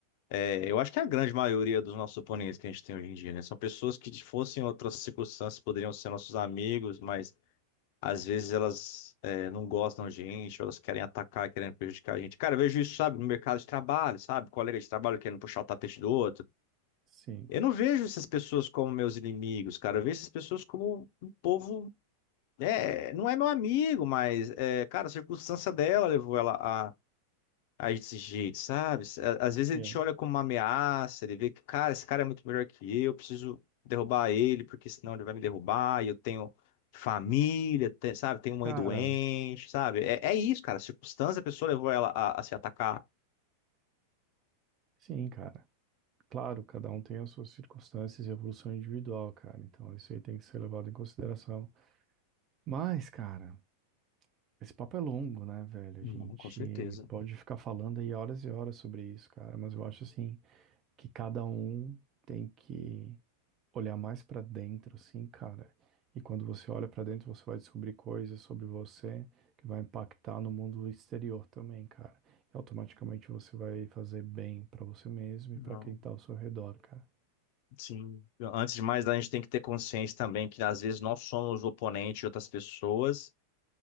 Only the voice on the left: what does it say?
é, eu acho que é a grande maioria dos nossos oponentes que a gente tem hoje em dia, né? São pessoas que se fossem outras circunstâncias poderiam ser nossos amigos, mas às vezes elas é, não gostam da gente, ou elas querem atacar, querem prejudicar a gente. Cara, eu vejo isso, sabe, no mercado de trabalho, sabe? Colega de trabalho querendo puxar o tapete do outro.
Eu não vejo essas pessoas como meus inimigos, cara. Eu vejo essas pessoas como um povo. É, não é meu amigo, mas, é, cara, a circunstância dela levou ela a, a esse jeito, sabe? À- Às vezes
ele te olha como uma ameaça, ele vê que, cara, esse cara é muito melhor que eu, eu preciso derrubar ele, porque senão ele vai me derrubar, e eu tenho família, te- sabe? Tenho mãe
doente, sabe? É, é isso, cara. A circunstância, a pessoa levou ela a, a se atacar.
Não,
com certeza.
Não.
Sim. Antes de mais, a gente tem que ter consciência também que às vezes nós somos o oponente de outras pessoas,